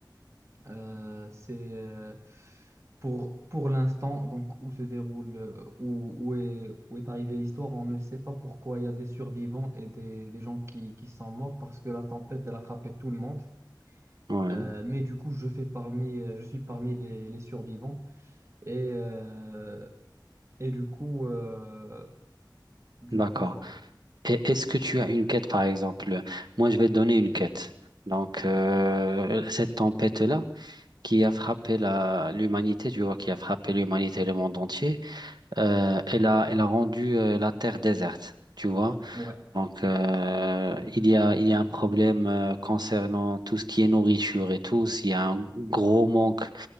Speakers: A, on the right; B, on the right.
A: euh, c'est euh, pour, pour l'instant, donc où se déroule, euh, où, où est, où est arrivée l'histoire, on ne sait pas pourquoi il y a des survivants et des, des gens qui, qui sont morts parce que la tempête, elle a frappé tout le monde.
B: Ouais,
A: Euh, mais du coup, je fais parmi, euh, je suis parmi les, les survivants. Et, euh, et du coup, euh, du
B: d'accord.
A: coup, voilà.
B: Et est-ce que tu as une quête par exemple? Moi je vais te donner une quête. Donc euh, cette tempête-là qui a frappé la l'humanité, tu vois, qui a frappé l'humanité et le monde entier. Euh, elle a, elle a rendu euh, la terre déserte, tu vois.
A: Ouais.
B: Donc, euh, il y a, il y a un problème euh, concernant tout ce qui est nourriture et tout. S'il y a un gros manque